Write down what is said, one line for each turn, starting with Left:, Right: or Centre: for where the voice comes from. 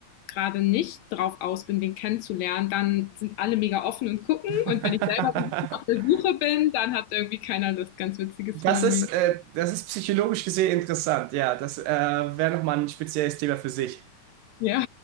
Left: gerade nicht drauf aus bin, wen kennenzulernen, dann sind alle mega offen und gucken.
Right: <laughs>
Left: Und wenn ich selber so ein bisschen auf der Suche bin, dann hat irgendwie keiner Lust. Ganz witziges
Right: Das
Left: Phänomen.
Right: ist, äh, das ist psychologisch gesehen interessant, ja. Das äh, wäre nochmal ein spezielles Thema für sich.
Left: Ja.